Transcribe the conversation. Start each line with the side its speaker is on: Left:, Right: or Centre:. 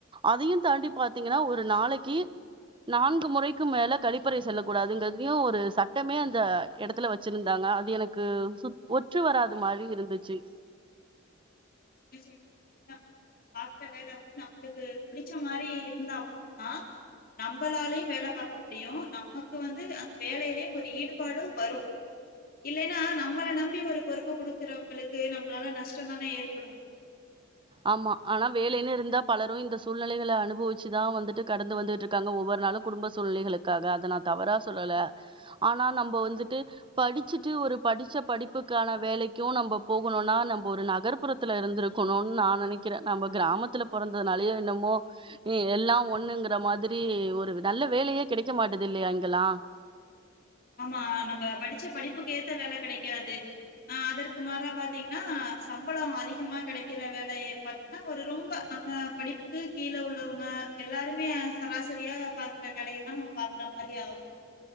Right: அதையு தாண்டி பாத்தீங்கன்னா ஒரு நாளைக்கு நான்கு முறைக்கு மேல கழிப்பறை செல்ல கூடாதுங்கதையு ஒரு சட்டமே அந்த எடத்துல வ ச்சிருந்தாங்க அது எனக்கு சு ஒற்று வராது மாரி இருந்துச்சு
Left: நீங்க சொல்றது சரிதா பாக்குற வேல வந்து நம்பளுக்கு பிடிச்ச மாரி இருந்தா மட்டுதா நம்பளாலயு வேல பாக்க முடியு நமக்கு வந்து அந்த வேலையிலயு ஒரு ஈடுபாடு வரு இல்லைன்னா நம்பள நம்பி ஒரு பொறுப்ப குடுக்குறவுங்களுக்கு நம்பளால நஷ்டோ தான ஏற் படு
Right: ஆமா ஆனா வேலைன்னு இருந்தா பலரு இந்த சூழ்நிலகளை அனுபவிச்சுதா வந்துட்டு கடந்து வந்துட்ரு க்காங்க ஒவ்வொரு நாளு குடும்ப சூழ்நிலைகளுக்காக அத நா தவறா சொல்லல ஆனா நம்ப வந்துட்டு படிச்சுட்டு ஒரு படிச்ச படிப்புக்கான வேலைக்கு நம்ம போகணுனா நம்ப ஒரு நகர்ப் புறத்துல இருந்த இருக்கணுன்னு நா நனைக்கிற நம்ம கிராமத்துல பொறந்ததுனாலயோ என்னமோ ம் எல்லா ஒண்ணுங்குற மாதிரி ஒரு நல்ல வேலையே கெடைக்க மாட்டது இல்லையா இங்கல்லா
Left: ஆமா நம்ம படிச்ச படிப்புக்கு ஏத்த வேல கெடைக்காது அ அதற்கு மாறா பாத்தீங்கன்னா சம்பள அதிகமா கெடைக்கிற வேலைய பாத்தீங்கன்னா ஒரு ரொம்ப நம்ம படிப்புக் கீழ உள்ளவங்க எல்லாருமே சராசரியா பாக்குற வேலைய தா நம்ம பாக்குற மாரி ஆகு